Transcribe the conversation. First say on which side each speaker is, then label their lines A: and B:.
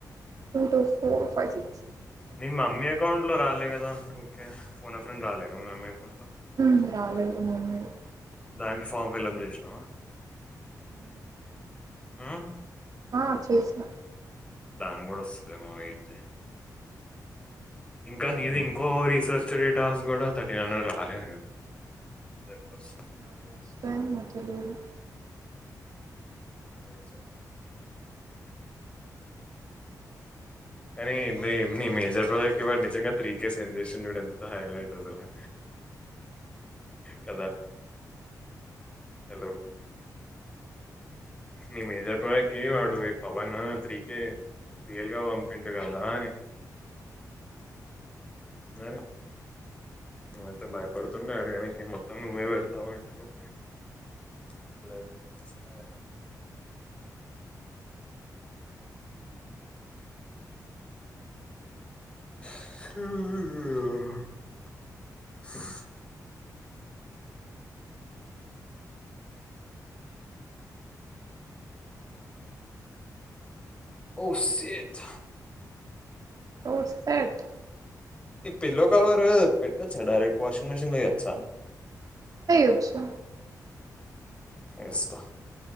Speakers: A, on the right; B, on the left.
A: two two four five సి
B: మి మమ్మీ అకౌంట్ లో రాలే కదా ఓకే ఫోన్ ఫ్రెండ్ రాలే కదా మీ మమ్మీ అకౌంట్ లో
A: ఉమ్ రాలేదు మొన్నది.
B: దానికి ఫామ్ ఫిలప్ చేసినావా.
A: ఉమ్
B: మ్మ్
A: ఆ చేసిన
B: దానిక్గూడ వస్తదేమో వైట్ చేయి. ఇంకా నీది ఇంకో రీసెర్చ్ డేటాస్ కూడా థర్టీన్ హండ్రెడ్ రాలేదు. ఎప్పుడు వస్తదో
A: నాకు వస్తాయేమో తెలియదు
B: అ ఇచ్చారు కానీ నీ నీ మేజర్ ప్రాజెక్ట్ కి వాడు నిజంగా త్రీ కే సెండ్ చేసిండు చూడు ఎంత హైలెట్ అసలా కదా హలో నీ మేజర్ ప్రాజెక్ట్ ఏ వాడు ఏ పవన్ త్రి కే రియల్ గా పంపిండు కదా అని మరి నువ్వైతే భయపడుతుండే అడగనికే మొత్తం నువ్వే పెడతావు అంటున్నవ్ అప్పుడైతే అసలా అ ఓ శెట్
A: ఓ సెట్
B: ఈ పిల్లో కవరు పెట్టోచ్చ డైరెక్ట్ వాషింగ్ మిషిన్లో ఎయోచ్చా
A: ఎయోచ్చు.
B: ఎస్తా